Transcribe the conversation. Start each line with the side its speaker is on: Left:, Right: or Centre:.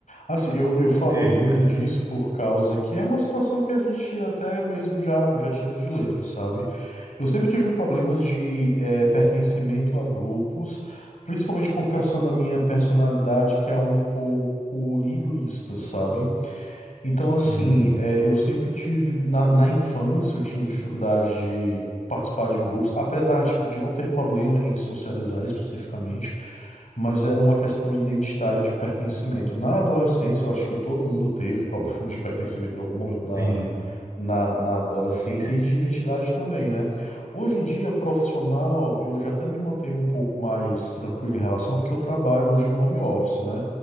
Left: Assim, eu, eu falo
Right: Eita.
Left: rindo disso por causa que é uma situação que a gente tira até mesmo já, já tira de letra, sabe? Eu sempre tive problemas de eh, pertencimento a grupos, principalmente por causa da minha personalidade, que é um pouco niilista, sabe? Então, assim,
Right: Hum,
Left: é, eu sempre tive, na, na infância, eu tinha dificuldade de participar de grupos, apesar, tipo, de não ter problema em socializar especificamente, mas era uma questão identitária de pertencimento. Na adolescência, eu acho que todo mundo teve <laughs> problemas de pertencimento em algum momento
Right: sim.
Left: na, na adolescência e de identidade também, né? Hoje em dia, profissional, eu já até me mantenho um pouco mais tranquilo em relação, porque eu trabalho hoje em home office, né?